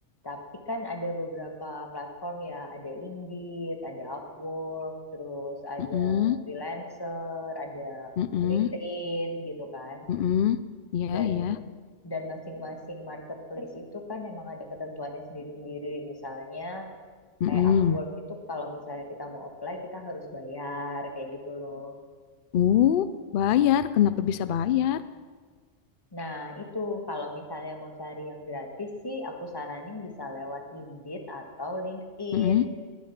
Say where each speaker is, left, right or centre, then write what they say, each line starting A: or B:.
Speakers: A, on the left (about 20°); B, on the left (about 60°).
A: Tapi kan ada beberapa platform ya, ada Indeed, ada Upwork, terus ada
B: Mm-mm.
A: freelancer, ada
B: Mm-mm.
A: LinkedIn gitu kan.
B: Mm-mm. Ya,
A: Dan
B: ya.
A: dan masing-masing marketplace itu kan emang ada ketentuannya sendiri-sendiri. Misalnya
B: Mm-mm.
A: kayak Upwork itu kalau misalnya kita mau apply kita harus bayar kayak gitu loh.
B: Oh, bayar. Kenapa bisa bayar?
A: Nah, itu kalau misalnya mau cari yang gratis sih aku saranin bisa lewat Indeed atau LinkedIn.
B: Mm-mm.